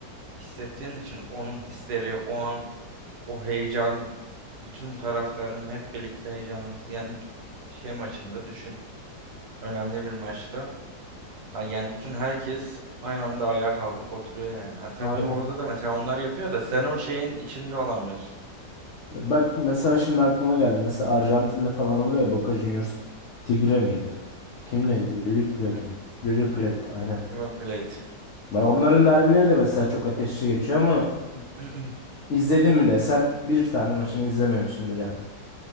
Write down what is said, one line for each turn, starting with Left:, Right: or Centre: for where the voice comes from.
Right: hissettiğin için onun hisleri, o an o heyecan, bütün taraftarın hep birlikte heyecanlanması yani bir şey maçında düşün. Önemli bir maçta. Ha, Yani bütün herkes aynı anda ayağa kalkıp oturuyor yani. Ha, tabii
Left: Aynen.
Right: orada da mesela onlar yapıyor da sen o şeyin içinde olamıyorsun.
Left: Bak mesela şimdi aklıma geldi. Mesela Arjantin'de falan oluyor ya Boca Juniors. Tigre miydi? Kim neydi? River Plate
Right: Hı
Left: mi? River Plate'ti aynen.
Right: River Plate.
Left: Bak Onların derbileri de mesela çok ateşli geçiyor ama
Right: <clears throat>
Left: İzledin mi desen bir tane maçını izlememişsindir yani.